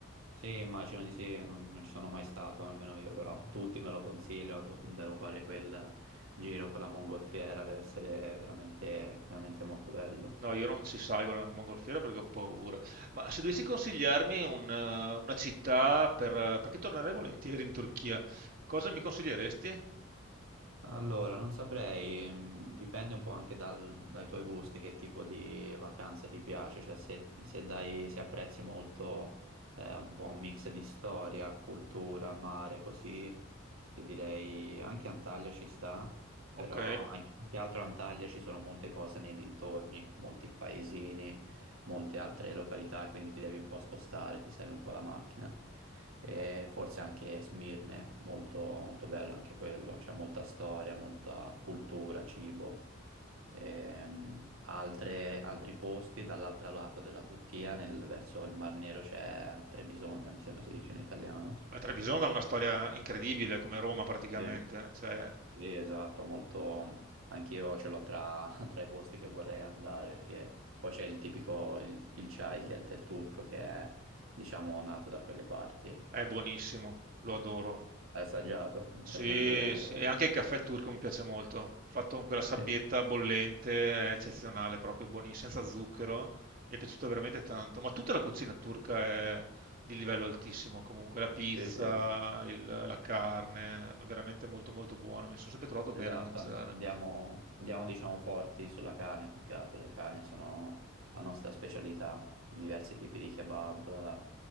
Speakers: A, on the right; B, on the right.
A: Sì, immagino di sì, non, non ci sono mai stato, nemmeno io, però tutti me lo consigliano, tu- devo fare quel giro con la mongolfiera, deve essere veramente, veramente molto bello.
B: No, io non ci salgo nel mongolfiera perché ho paura. Ma se dovessi consigliarmi un, eh, una città per... eh, perché tornerei volentieri in Turchia, cosa mi consiglieresti?
A: Allora, non saprei, mm, dipende un po' anche dal- dai tuoi gusti, che tipo di vacanza ti piace, cioè se, se dai- se apprezzi molto eh, un po' un mix di storia, cultura, mare, così, Ti direi anche Antalya ci sta, però
B: Ok.
A: anche, più che altro a Antalya ci sono molte cose nei dintorni, molti paesini, molte altre località, quindi ti devi un po' spostare, ti serve un po' la macchina. E forse anche Smirne, molto, molto bello anche quello, c'è molta storia, molta cultura, cibo. Ehm, altre- altri posti dall'altro lato della Turchia, nel- verso il Mar Nero c'è Trebisonda, mi sembra si dice in italiano.
B: Ma Trebisonda ha una storia incredibile, come Roma praticamente,
A: Sì.
B: cioè
A: Sì, esatto, molto... Anch'io ce l'ho tra, <laughs> tra i posti che vorrei andare, perché poi c'è il tipico, il, il chai, che è il tè turco, che è, diciamo, nato da quelle parti.
B: è buonissimo, lo adoro.
A: L'hai assaggiato?
B: Sì,
A: È molto buono.
B: sì, e anche il caffè turco mi piace molto, fatto con quella sabbietta
A: Sì,
B: bollente, è eccezionale, proprio buonissimo, senza zucchero, mi è piaciuto veramente tanto, ma tutta la cucina turca è di livello altissimo comunque, la pizza,
A: sì, sì,
B: il- la carne, è veramente molto molto buona, mi sono sempre trovato
A: esatto.
B: bene a mangiare.
A: an- Andiamo, andiamo, diciamo, forti sulla carne, più che altro. Le carni sono la nostra specialità, diversi tipi di kebab,